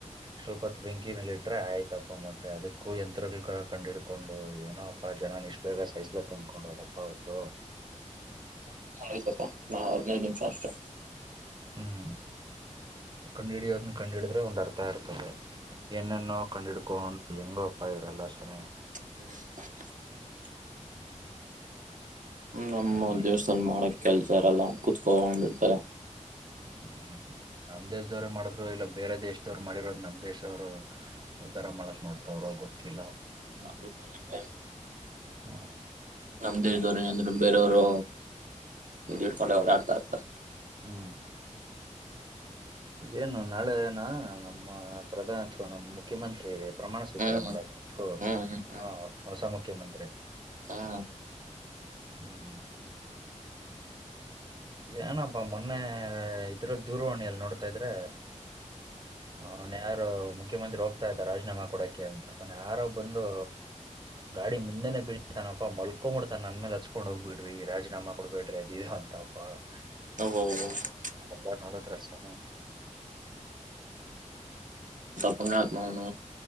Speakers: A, on the right (about 35°); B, on the right (about 85°).
A: ಸ್ವಲ್ಪ ಹೊತ್ತ ಬೆಂಕಿ ಮೇಲೆ ಇಟ್ರೆ ಆಯ್ತಪ್ಪ ಮೊಟ್ಟೆ ಅದಿಕ್ಕೂ ಯಂತ್ರಗಳು ಕಂಡ ಇಡ್ಕೊಂಡು ಏನೋಪ್ಪಾ ಜನ ಇಷ್ಟ ಬೇಗ ಸಾಯಿಸಬೇಕು ಅನ್ಕೊಂಡವ್ರಪ್ಪ ಅವರು
B: <unintelligible> ನಾ ಹದಿನೈದು ನಿಮಿಷ ಅಷ್ಟೇ
A: ಹ್ಮ್ ಕಂಡು ಹಿಡಿಯೋದನ್ನ ಕಂಡು ಹಿಡಿದ್ರೆ ಒಂದ್ ಅರ್ಥ ಇರ್ತದೆ ಏನೇನೋ ಕಂಡು ಹಿಡ್ಕೊಂಡ್ ಎಂಗ್ ಅಪ್ಪಾ ಇವರ ಎಲ್ಲಾ ಸ್ವಾಮಿ
B: <unintelligible> ನಮ್ಮ
A: ಏನ್ ಮಾಡಿ
B: ದೇವಸ್ಥಾನ್ ಮಾಡಕ್ ಕೆಲಸ್ ಸಾರಲ್ಲ ಕೂತ್ಕೊಂಡ್ ಇರುತ್ತಾರೆ
A: ಹ್ಮ್ ಹ್ಮ್ ನಮ್ ದೇಶದವ್ರೇ ಮಾಡಿದ್ರು ಇಲ್ಲ ಬೇರೆ ದೇಶದವ್ರರು ಮಾಡಿರೋದ್ ನಮ್ ದೇಶವ್ರು ಉದ್ಧಾರ ಮಾಡಕ್ ನೋಡ್ತಾವ್ರರು ಗೊತ್ತಿಲ್ಲ
B: ಅದು ಕರೆಕ್ಟೆ
A: ಹ
B: ನಮ್ಮ ದೇಶದವರು ಏನಂದ್ರು ಬೇರೆಯವರು ಹಿಡ್ಕೊಂಡು ಓಡಾಡುತ್ತಾರೆ
A: ಹ್ಮ್ ಏನು ನಾಳೆ ನಾ ನಮ್ಮ ಪ್ರಧಾನ ಅಥವಾ ನಮ್ಮ ಮುಖ್ಯಮಂತ್ರಿ ಪ್ರಮಾಣ ಸ್ವೀಕಾರ
B: ಹ್ಮ್
A: ಮಾಡಬಹುದು
B: ಹ್ಮ್ ಹ್ಮ್
A: ಹ ಹೊಸ ಮುಖ್ಯಮಂತ್ರಿ
B: ಹ್ಮ್ ಹ್ಮ್
A: ಹ್ಮ್ ಏನಪ್ಪಾ ಮೊನ್ನೆ ಇದರಲ್ಲಿ ದೂರವಾಣಿ ಎಲ್ಲಿ ನೋಡ್ತಾ ಇದ್ರೆ ಅವ್ನ್ ಯಾರು ಮುಖ್ಯಮಂತ್ರಿ ಹೋಗ್ತಾ ಇದ್ದ ರಾಜೀನಾಮೆ ಕೊಡಕೆ ಅಂತ ಅವನ್ ಯಾರೋ ಬಂದು ಗಾಡಿ ಮುಂದೆನೆ ಬೀಳ್ತಾನಪ ಮಲ್ಕೊಂಡ್ ಬಿಡ್ತಾನೆ ನನ್ ಮೇಲೆ ಹತ್ಸ್ಗೊಂದು ಹೋಗ್ ಬಿಡ್ರಿ ರಾಜೀನಾಮೆ ಕೊಡಬೇಡ್ರಿ ಅದು ಇದು ಅಂತ <unintelligible>
B: <unintelligible>
A: ಅದೆಲ್ಲ ನೋಡಿದ್ರೆ ಸ್ವಾಮಿ
B: ಪುಣ್ಯಾತ್ಮ ಅವ್ನು